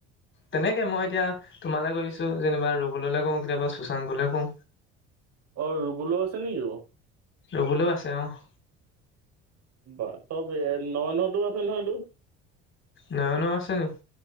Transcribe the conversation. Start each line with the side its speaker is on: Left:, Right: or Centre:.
Left: তেনেকে মই এতিয়া তোমালে কৰিছোঁ যেনিবা ৰুবুললৈ কওঁ কেতিয়াবা শুশাংকলৈ কওঁ।
Right: অ ৰুবুলো আছে নেকি ক?
Left: ৰুবুলো আছে অৱ।
Right: বা চব এ ননতো আছে নহয় এইটোত।
Left: নয়নো আছে নেকি?